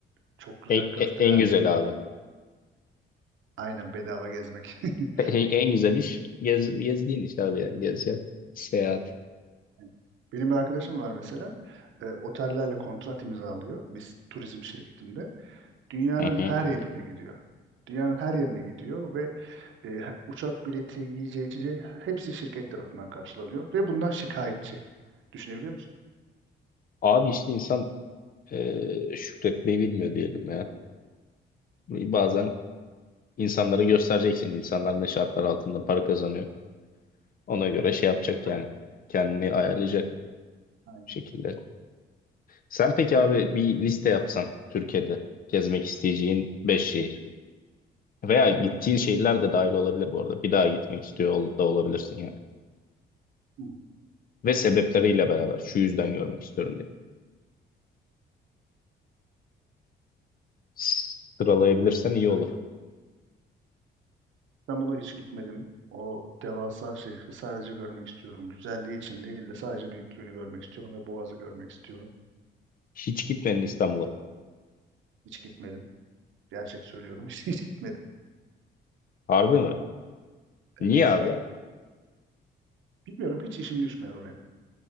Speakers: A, on the right; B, on the left.
A: çok güzel
B: En,
A: köfteler
B: en, e, en güzel
A: yedim.
B: abi.
A: Aynen bedava gezmek. <laughs>
B: En, en güzel iş gez, gezdiğin iş abi yani. Gezeceksin. Seyahat.
A: Yani Benim bir arkadaşım var mesela. E, otellerle kontrat imzalıyor. Biz turizm şirketinde. Dünyanın
B: Hı hı.
A: her yerine gidiyor. Dünyanın her yerine gidiyor ve e, uçak bileti, yiyeceği, içeceği hepsi şirket tarafından karşılanıyor ve bundan şikayetçi. Düşünebiliyor musun?
B: Abi işte insan e, şükretmeyi bilmiyor diyelim ya. Bazen insanlara göstereceksin. İnsanlar ne şartlar altında para kazanıyor. Ona göre şey yapacak
A: Aynen,
B: yani. Kendini ayarlayacak
A: aynen.
B: bir şekilde. Sen peki abi bir liste yapsan Türkiye'de gezmek isteyeceğin 5 şehir. Veya gittiğin
A: Hı hı,
B: şehirler de dahil olabilir bu arada. Bir daha gitmek istiyor ol- da olabilirsin yani.
A: hı hı.
B: Ve sebepleriyle beraber şu yüzden görmek istiyorum diye. Sıralayabilirsen
A: Öyle s-
B: iyi
A: söyleyeyim.
B: olur.
A: İstanbul'a hiç gitmedim. O devasa şehri sadece görmek istiyorum. Güzelliği için değil de sadece büyüklüğünü görmek istiyorum ve Boğaz'ı görmek istiyorum.
B: Hiç gitmedin İstanbul'a.
A: Hiç gitmedim. Gerçek söylüyorum. <laughs> Hiç hiç gitmedim.
B: Harbi mi? Niye
A: Evet.
B: abi?
A: Bilmiyorum hiç işim düşmedi oraya.